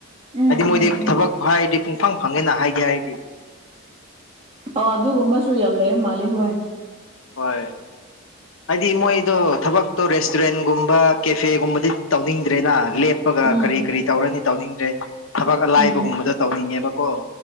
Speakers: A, on the right; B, on the left.
A: ꯎꯝ
B: ꯍꯥꯏꯗꯤ ꯃꯣꯏꯗꯤ
A: ꯎꯝ ꯎꯝ
B: ꯊꯕꯛ ꯍꯥꯏꯔꯗꯤ ꯄꯨꯡꯐꯪ ꯐꯪꯉꯦꯅ ꯍꯥꯏꯒꯦ ꯍꯥꯏꯔꯗꯤ
A: ꯑ ꯑꯗꯨꯒꯨꯝꯕꯁꯨ ꯌꯥꯝ ꯂꯩꯔ ꯃꯥꯜꯂꯤ ꯍꯣꯏ
B: ꯍꯣꯏ ꯍꯥꯏꯗꯤ ꯃꯣꯏꯗꯣ ꯊꯕꯛꯇꯣ ꯔꯦꯁꯇꯨꯔꯦꯟꯒꯨꯝꯕ ꯀꯦꯐꯦꯒꯨꯝꯕꯗꯤ ꯇꯧꯅꯤꯡꯗ꯭ꯔꯦꯅ ꯂꯦꯞ ꯄꯒ
A: ꯎꯝ
B: ꯀꯔꯤ ꯀꯔꯤ ꯇꯧꯔꯅꯤ ꯇꯧꯅꯤꯡꯗ꯭ꯔꯦ ꯊꯕꯛ ꯑꯂꯥꯏꯕꯒꯨꯝꯕꯗꯣ
A: ꯎꯝ
B: ꯇꯧꯅꯤꯡꯉꯦꯕꯀꯣ